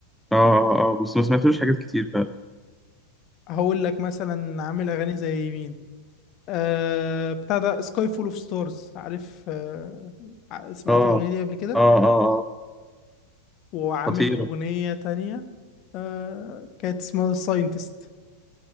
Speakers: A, in the centre; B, on the left.
A: اه اه آه، آه. بس ما سمعتلوش حاجات كتير
B: هقول لك مثلا عامل اغاني زي مين آه بتاع ده سكاي فول اوف ستارز عارف آه ع- سمعت
A: اه
B: الاغنيه دي قبل كده
A: اه اه اه
B: وعامل
A: خطيرة
B: اغنيه تانية آه كانت اسمها ساينتست